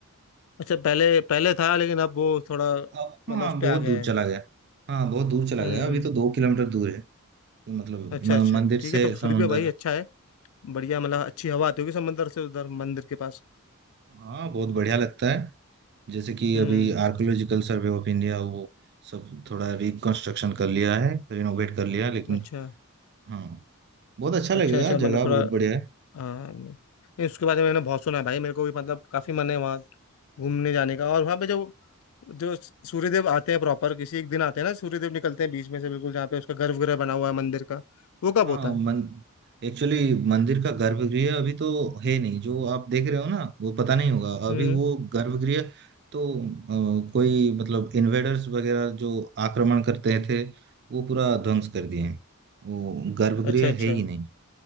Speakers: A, on the left; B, on the right.
A: अच्छा पहले पहले था लेकिन अब वो थोड़ा
B: अब
A: मतलब
B: हाँ
A: उस
B: बहुत
A: पर आ गया
B: दूर
A: है
B: चला गया हाँ बहुत दूर चला
A: हम्म
B: गया अभी तो दो किलोमीटर दूर है तो मतलब
A: अच्छा
B: म-
A: अच्छा
B: मंदिर
A: ठीक
B: से
A: है तो
B: समुंदर
A: फिर भी भाई अच्छा है बढ़िया मतलब अच्छी हवा आती होगी समंदर से उधर मंदिर के पास
B: हाँ बहुत बढ़िया लगता है जैसे कि
A: हम्म
B: अभी आर्कियोलॉजिकल सर्वे ऑफ इंडिया वो सब थोड़ा रिकंस्ट्रक्शन कर लिया है रिनोवेट कर लिया है, लेकिन
A: अच्छा
B: हाँ बहुत अच्छा लगेगा
A: अच्छा अच्छा
B: जगह
A: मतलब थोड़ा
B: बहुत बढ़िया है
A: हाँ नहीं, उसके बारे में मैंने बहुत सुना है भाई मेरे को भी मतलब काफी मन है वहाँ घूमने जाने का और वहाँ पे जो जो सूर्यदेव आते हैं प्रॉपर किसी एक दिन आते हैं ना सूर्यदेव निकलते हैं बीच में से बिल्कुल जहाँ पे उसका गर्भगृह बना हुआ है मंदिर का वो कब
B: हाँ
A: होता है
B: मन एक्चुअली मंदिर का गर्भगृह अभी तो है नहीं जो आप देख रहे हो ना वो पता नहीं होगा अभी
A: हम्म
B: वो गर्भगृह तो अ, कोई मतलब इन्वेडर्स वगैरह जो आक्रमण करते थे वो पूरा ध्वंस कर दिए हैं वो गर्भगृह
A: अच्छा अच्छा
B: है ही नहीं